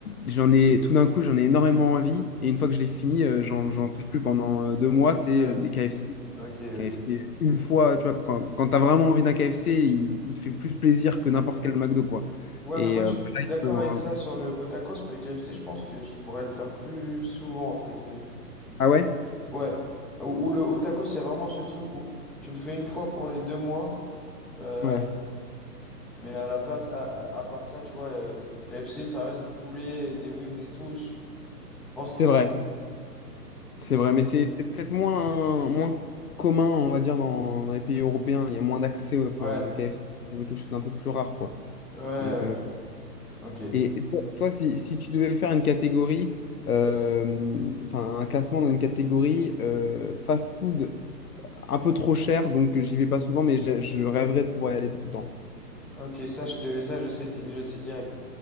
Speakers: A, on the left (about 65°); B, in the centre.
A: j'en ai tout d'un coup, j'en ai énormément envie. Et une fois que je l'ai fini, euh, j'en, j'en touche plus pendant euh, deux mois. C'est
B: Ouais.
A: les KFC.
B: Ok, ok.
A: KFC, une fois, tu vois, quand, quand tu as vraiment envie d'un KFC, il, il te fait plus plaisir que n'importe quel McDo, quoi.
B: Ouais,
A: Et
B: mais moi, je,
A: euh, pareil
B: je suis d'accord
A: pour
B: avec
A: un-
B: ça sur le hot tacos, mais le KFC, je pense que je pourrais le faire plus souvent, entre guillemets.
A: Ah ouais?
B: Ouais. Ou, ou le hot tacos, il y a vraiment ce truc où tu le fais une fois pour les deux mois. euh,
A: Ouais,
B: Mais à la place, à, à, à part ça, tu vois, euh, KFC, ça reste du poulet, des wings et tout. Je, je pense
A: c'est
B: que ça.
A: vrai. C'est
B: Mm.
A: vrai, mais c'est c'est peut-être moins, moins commun, on va dire, dans, dans les pays européens. Il y a moins d'accès, euh, enfin,
B: Ouais,
A: le KFC, c'est quelque chose d'un peu plus rare, quoi.
B: ouais,
A: Donc, euh,
B: ok. Ok,
A: et et toi, toi, si, si tu devais faire une catégorie, euh, enfin, un classement dans une catégorie euh, fast-food un peu trop cher, donc euh, j'y vais pas souvent, mais je, je rêverais de pouvoir y aller tout le temps.
B: Ok, ça, je te, ça, je sais, di- je sais direct.